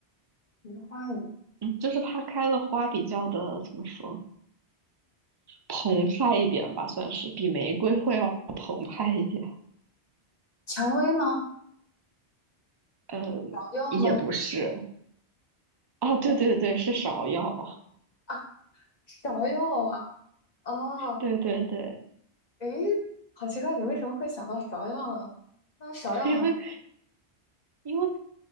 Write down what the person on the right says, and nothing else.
嗯，就是它开的花比较的怎么说，澎湃一点吧，算是比玫瑰会要澎湃一点，
嗯，
也不是，啊，对对对，
是芍药，
对对对，
<laughs> 因为因为